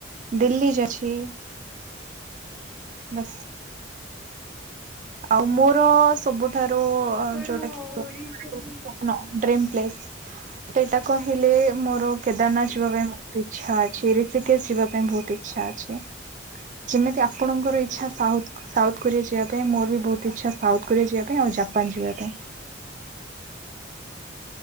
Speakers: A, on the right; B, in the centre.
A: ଦିଲ୍ଲୀ ଯାଇଛି ବାସ୍ ଆଉ ମୋର ସବୁଠାରୁ
B: ଆପଣ
A: ଯୋଉଟା କି
B: ଓଡିଶାରେ
A: ସ୍ୱପ୍ନ ଡ୍ରିମ୍ ପ ପ୍ଲେସ୍ ସେଇଟା କହିଲେ ମୋର କେଦାରନାଥ
B: ଏଇଟା
A: ଯିବା ପାଇଁ ମ ହୁତ ଇଚ୍ଛା ଅଛି ରିଷିକେସ୍ ଯିବା ପାଇଁ ବହୁତ ଇଚ୍ଛା ଅଛି ଯେମିତି ଆପଣଙ୍କର ଇଚ୍ଛା ସାଉଥ୍ ସାଉଥ୍ କୋରିଆ ଯିବା ପାଇଁ ମୋ ବି ବହୁତ ଇଛା ସାଉଥ୍ କୋରିଆ ଯିବା ପାଇଁ ଆଉ ଜାପାନ୍ ଯିବା ପାଇଁ